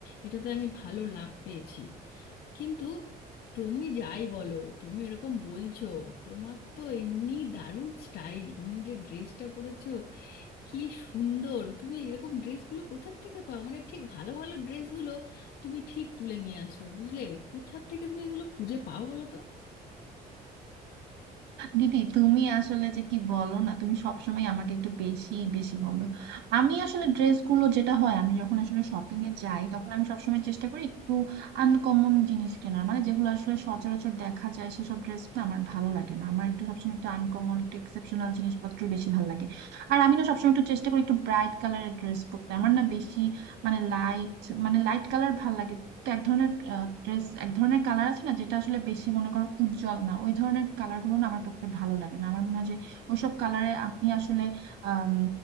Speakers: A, on the left; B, on the right.
A: এটাতে আমি ভালো লাভ পেয়েছি কিন্তু তুমি যাই বলো তুমি এরকম বলছো তোমার তো এমনি দারুণ স্টাইল তুমি যে ড্রেসটা পরেছো কি সুন্দর তুমি এরকম ড্রেসগুলো কোথার থেকে পাও মানে ঠিক ভালো ভালো ড্রেসগুলো তুমি ঠিক তুলে নিয়ে আসো বুঝলে কোথার থেকে তুমি এগুলো খুঁজে পাও বলো তো
B: দিদি তুমি আসলে যে কি বলো না তুমি সবসময় আমাকে একটু বেশি বেশি বলো আমি আসলে ড্রেসগুলো যেটা হয় আমি যখন আসলে শপিং এ যাই তখন আমি সবসময় চেষ্টা করি একটু আনকমন জিনিস কেনার মানে যেগুলো আসলে সচরাচর দেখা যায় সেসব ড্রেস না আমার ভালো লাগে না আমার একটু সবসময় একটু আনকমন একটু এক্সেপশনাল জিনিসপত্রই বেশি ভালো লাগে আর আমি না সবসময় একটু চেষ্টা করি একটু ব্রাইট কালারের ড্রেস পরতে আমার না বেশি মানে লাইট মানে লাইট কালার ভালো লাগে না। তো এক ধরনের ড্রেস এক ধরনের কালার আছে না যেটা আসলে বেশি মনে করো উজ্জ্বল না ওই ধরনের কালার গুলো না আমার পড়তে ভালো লাগে না আমার মনে হয় যে ওইসব কালারে আমি আসলে আম,